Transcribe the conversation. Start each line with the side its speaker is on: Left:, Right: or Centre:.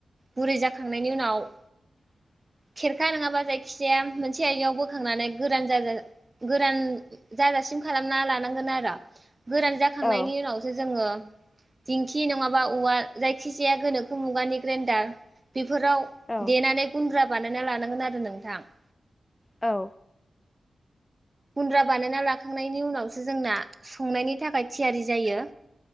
Right: गुरै जा खांनायनि उनाव
Left: <inaudible>
Right: खेरखा नङाबा जायखिजाया मोनसे आय बोखांनानै गोरान गोरान जाजासि खालामना लानांगोन आरो गोरान जाखांनायनि
Left: औ
Right: उनावसो जोङो दिंखि नङाबा औवा जायखि जाया गोनोखो मुगानि ग्रेन्डार बेफोराव
Left: औ
Right: देनानै गुन्द्रा बानायना लानांगोन आरो नोंथां
Left: औ
Right: गुन्द्रा बानायना लाखांनायनि उनावसो जोंना संनायनि थाखाय थियारि जायो